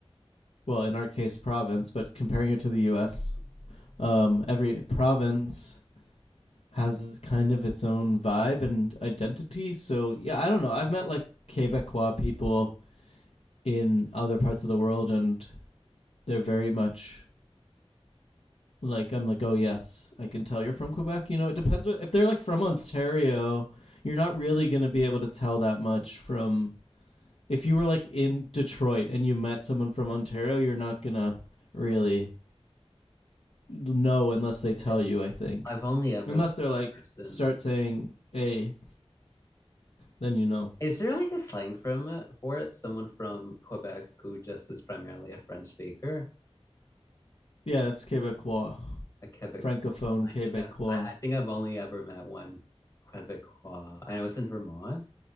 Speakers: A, on the left; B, on the left.
A: well, in our case, province, but comparing it to the U.S., um, every province has kind of its own vibe and identity. So yeah, I don't know. I've met like Quebecois people in other parts of the world, and they're very much like I'm like, oh yes, I can tell you're from Quebec. You know, it depends what if they're like from Ontario, you're not really gonna be able to tell that much from if you were like in Detroit and you met someone from Ontario, you're not gonna really know unless they tell
B: Yeah.
A: you, I think.
B: I've only ever
A: Unless
B: met
A: they're
B: one
A: like
B: person.
A: start saying A, then you know.
B: Is there like a slang from it for it? Someone from Quebec who just is primarily a French speaker,
A: Yeah, that's Quebecois.
B: a Quebecois.
A: Francophone
B: I
A: Quebecois.
B: think I've, I, I think I've only ever met one Quebecois, and it was in Vermont.